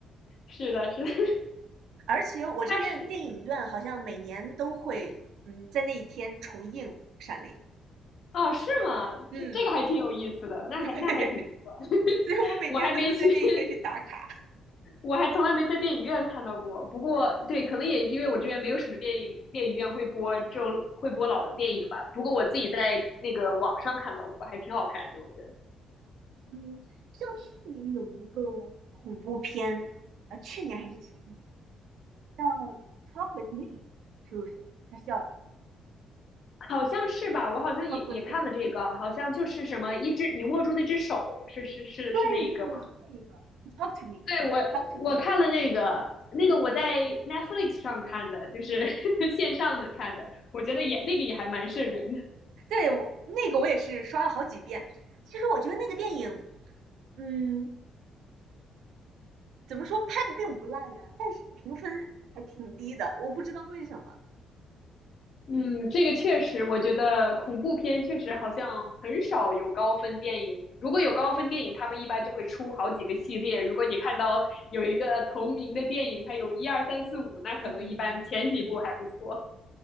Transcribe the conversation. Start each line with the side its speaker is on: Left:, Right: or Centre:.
Left: 是的，是的，
Right: 而且我这边的电影院好像每年都会，
Left: <laughs> 他是
Right: 嗯，在那一天重映《闪灵》。
Left: 哦，是吗？
Right: 嗯，
Left: 这这个还挺有意思的，那还那还挺不错。
Right: <laughs> 所以我每年都会在那一天去打卡。
Left: 我还没去，<laughs> 我还从来没在电影院看到过。不过，对，可能也是因为我这边没有什么电影电影院会播这种会播老电影吧。不过我自己在那个网上看到过，还挺好看的，我觉得
Right: 嗯，像去年有一个恐怖片，呃，去年还是前年，叫 Talk with me，是不是？还是叫
Left: 好像是吧？我好像也也看了这个，
Right: Talk with him。
Left: 好像就是什么一只你握住那只手，是是是是那一个吗？
Right: 对对，是这一个 Talk to me，Talk
Left: 对，我我看了那个那个我在
Right: to me。
Left: Netflix 上看的，就是 <laughs> 线上的看的，我觉得也那个也还蛮瘆人的。
Right: 对我那个我也是刷了好几遍。其实我觉得那个电影，嗯，怎么说拍的并不烂呀，但是评分还挺低的，我不知道为什么。
Left: 嗯，这个确实，我觉得恐怖片确实好像很少有高分电影。如果有高分电影，他们一般就会出好几个系列。如果你看到有一个同名的电影，它有一二三四五，那可能一般前几部还不错。
Right: 嗯，